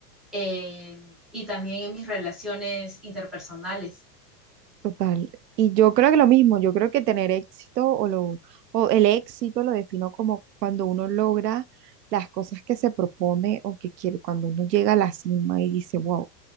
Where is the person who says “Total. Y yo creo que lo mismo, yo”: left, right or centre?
Right